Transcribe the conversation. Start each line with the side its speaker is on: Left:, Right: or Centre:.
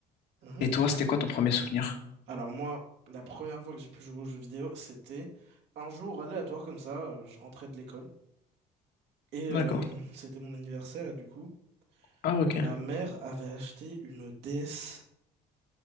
Right: Mhm.
Left: Et toi, c'était quoi ton premier souvenir?
Right: Alors moi, la première fois que j'ai pu jouer aux jeux vidéo, c'était un jour aléatoire comme ça, euh, je rentrais de l'école. Et euh,
Left: D'accord.
Right: c'était mon anniversaire et du coup,
Left: Ah, ok.
Right: ma mère avait acheté une DS